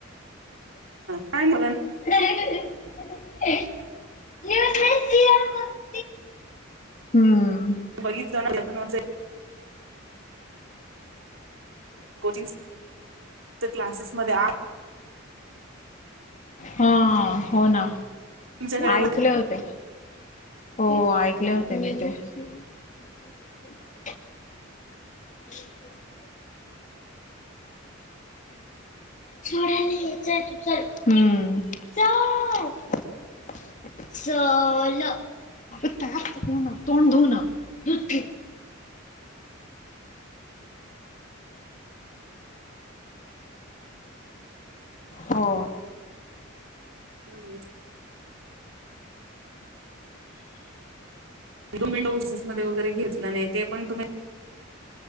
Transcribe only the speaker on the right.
काय. <unintelligible>
बघितलं ना. <unintelligible> Coaching classes. <unintelligible>
तुमच्याकडे
<inaudible> तुम्ही डोसेस मध्ये वगैरे घेतलं नाही ते पण तुम्ही